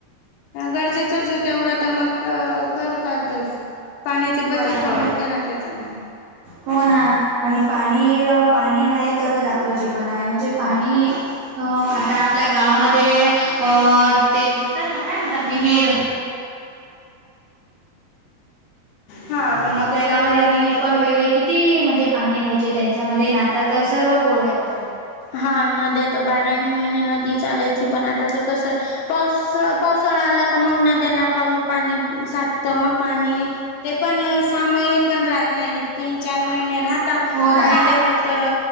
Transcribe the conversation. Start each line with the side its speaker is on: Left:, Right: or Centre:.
Left: गरजेचंचये तेवढं तर मग करतातच पाण्याची
Right: बराबर
Left: बचत पण होते ना त्याच्यानी
Right: हो ना आणि पाणी पाणी हाय तरच आपलं जीवन आहे म्हणजे पाणी हो आता आपल्या गावामध्ये अ ते म्हणतात ना काय म्हणतात विहीर
Left: हा आणि
Right: आपल्या
Left: कसं
Right: गावाने
Left: घरातील
Right: विहीर
Left: कपडे
Right: पण पहिले की ती म्हणजे पाणी राहायचे त्यांच्या मध्ये ना आता तर सर्व कोरड्या पडल्या आहेत.
Left: हा नद्या तर बाराही महिने नदी चालायची पण आता तर कसं पाऊस पावसाळा आला का मग ना त्यांना पाऊस पाणी साठत मग पाणी ते पण सहा महिने पण जात नाही तीन चार महिने राहता
Right: हो ना.
Left: आणि तेवढा तर